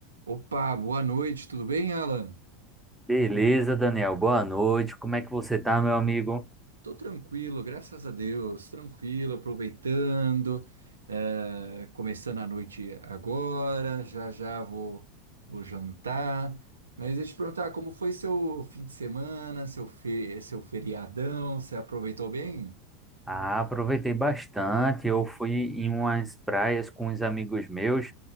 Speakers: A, on the right (about 85°); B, in the centre.
A: Opa, boa noite, tudo bem, Alan?
B: Beleza, Daniel. Boa noite. Como é que você tá, meu amigo?
A: Tô tranquilo, graças a Deus, tranquilo, aproveitando, eh, começando a noite agora, já já vou, vou jantar. Mas deixa eu te perguntar, como foi seu fim de semana, seu, fe- seu feriadão, você aproveitou bem?
B: Ah, aproveitei bastante. Eu fui em umas praias com uns amigos meus.